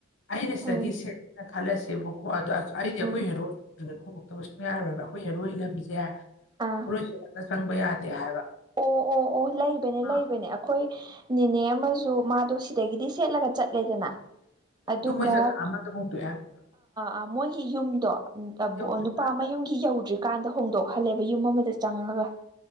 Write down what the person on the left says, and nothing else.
ꯑꯩꯅ ꯁꯤꯗꯒꯤ
ꯁꯦꯠꯂꯦꯅ ꯈꯜꯂꯁꯦꯕꯀꯣ ꯑꯗꯣ ꯑꯩꯗꯤ ꯑꯩꯈꯣꯏ
ꯍꯦꯔꯣꯗ ꯑꯗꯨ ꯍꯣꯡꯗꯣꯛꯇꯕꯁꯨꯨꯡ ꯌꯥꯔꯣꯏꯕ ꯑꯩꯈꯣꯏ ꯍꯦꯔꯣꯏ ꯂꯝꯕꯤꯁꯦ
ꯄꯣꯔꯣꯏ ꯁꯦꯠꯂꯒ ꯆꯪꯕ ꯌꯥꯗꯦ ꯍꯥꯏꯕ
ꯑꯃ
ꯑꯗꯨ ꯃꯣꯏ ꯖꯒꯥ ꯑꯃꯗ ꯍꯣꯡꯗꯣꯛꯑꯦ ꯍꯥꯏꯕꯅꯦꯕ
ꯌꯧꯗ꯭ꯔꯤꯀꯥꯟꯗ